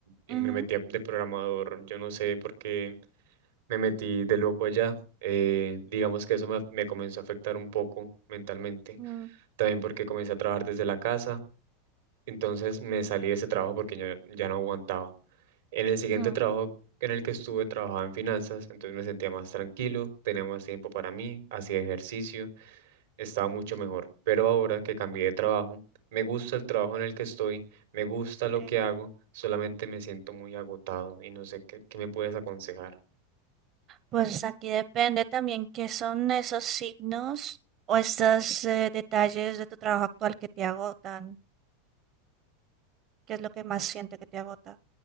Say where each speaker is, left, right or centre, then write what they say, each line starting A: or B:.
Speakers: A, on the right; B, on the right.
A: y
B: Ujú,
A: me metí a- de programador, yo no sé por qué. me metí de loco allá. eh, digamos que eso me, me comenzó a afectar un poco mentalmente,
B: mm,
A: también porque comencé a trabajar desde la casa, entonces me salí de ese trabajo porque yo ya no aguantaba. En el siguiente
B: mm.
A: trabajo en el que estuve trabajaba en finanzas, entonces me sentía más tranquilo, tenía más tiempo para mí, hacía ejercicio, estaba mucho mejor. Pero ahora que cambié de trabajo, me gusta el trabajo en el que estoy, me gusta lo
B: Sí.
A: que hago, solamente me siento muy agotado y no sé qué, qué me puedes aconsejar.
B: Pues aquí depende también qué son esos signos o estos eh, detalles de tu trabajo actual que te agotan. ¿Qué es lo que más siente que te agota?